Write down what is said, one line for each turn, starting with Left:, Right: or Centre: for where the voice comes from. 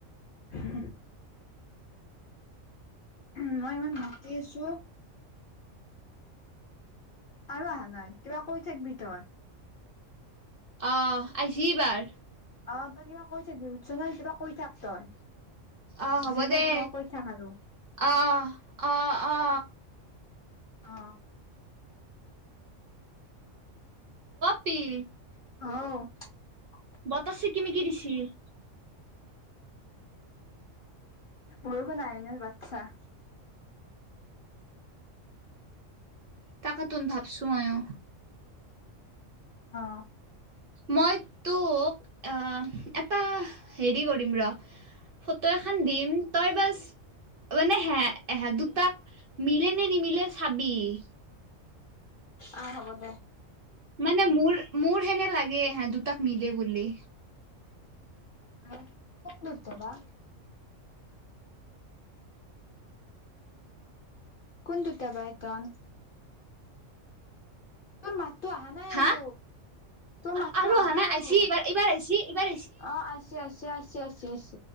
Left: হ <unintelligible> উ মই ইমান মাতি আছো। আৰু অহা নাই কিবা কৈ থাকিবি তই-
Right: আহ আহছ বাৰ-
Left: অ তই কিবা কৈ থাকিব বিহুতছ নহয় কিবা কৈ থাক। তই
Right: অ হ'ব
Left: যি কৈ
Right: দে
Left: থাক কৈ থাক আৰু
Right: অ অ অ অ
Left: অ
Right: পি <unintelligible>
Left: অ
Right: বতাসছে কিমি কি দিছি <unintelligible>
Left: বৰখন আহ ন বাচ্ছা।
Right: তাকেতোন ভাবিছো ময়ো
Left: অ
Right: মই তোক অহ এটা হেৰি কৰিম ৰ ফটো এখন দিম তই বাছ মানে হে দুটা মিলে নে নিমিলে চাবি-
Left: অহ হ'ব দে-
Right: মানে মোৰ মোৰ হেনে লাগে হে দুটাক মিলে বুলি
Left: হ কোন দুটা বা কোন দুটা বাই তন তোৰ মাততো অহা নাই আৰু
Right: হা
Left: তোৰ
Right: আ-
Left: মাততো
Right: আৰু
Left: অহা নাই আৰু
Right: আইছি এইবাৰ এইবাৰ আইছি এইবাৰ
Left: অ আছে আহিছে আহিছে আহিছে